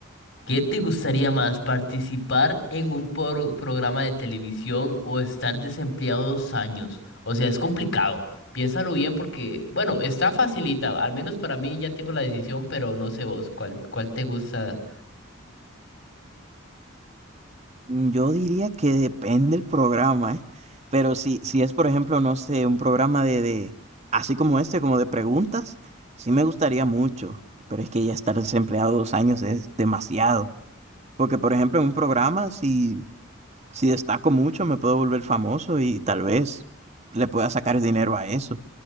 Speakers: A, on the left; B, on the right.
A: ¿Qué te gustaría más, participar en un por- programa de televisión o estar desempleado dos años? O sea, es complicado. Piénsalo bien porque, bueno, está facilita. Al menos para mí ya tengo la decisión, pero no sé vos cuál, cuál te gusta.
B: Mm, yo diría que depende el programa, ¿eh? Pero si si es, por ejemplo, no sé, un programa de de así como este, como de preguntas, sí me gustaría mucho, pero es que ya estar desempleado 2 años es demasiado, porque, por ejemplo, en un programa, si si destaco mucho, me puedo volver famoso y tal vez le pueda sacar dinero a eso,